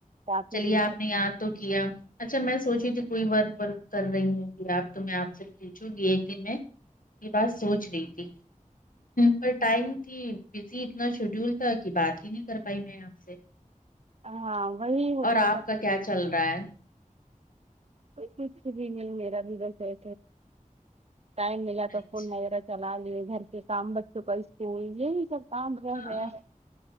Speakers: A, on the right; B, on the left.
A: کافی
B: چلیے
A: دن
B: آپ
A: سے
B: نے یاد تو کیا اچھا میں سوچی تھی کوئی ورک ورک کر رہی ہوںگی آپ تو میں آپ سے پوھ گی ایک دن میں یہ بات سوچ رہی تھی پر ٹائم تھی بزی اتنا شیڈیول تھا کہ بات ہی نہیں کر پائی میں آپ سے
A: ہاں وہی ہو
B: اور
A: جاتا
B: آپ کا کیا چل رہا ہے
A: کچھ بھی میل میرا بھی بسسے ٹائم ملا تھا
B: اچھا
A: فون وغیرہ چلا لیے گھر کے کام بچوں کو اس کے یہ بھی سب کام رہ گیا
B: ہاں